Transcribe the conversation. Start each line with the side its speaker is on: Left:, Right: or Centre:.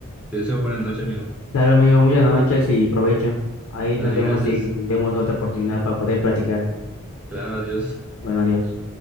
Centre: te deseo buena noche, amigo.
Left: Dale, amigo, muchas noches y provecho. Ahí
Centre: Dale,
Left: nos vemos
Centre: gracias.
Left: y vemos otra oportunidad para poder platicar.
Centre: Claro, adiós.
Left: Bueno, adiós.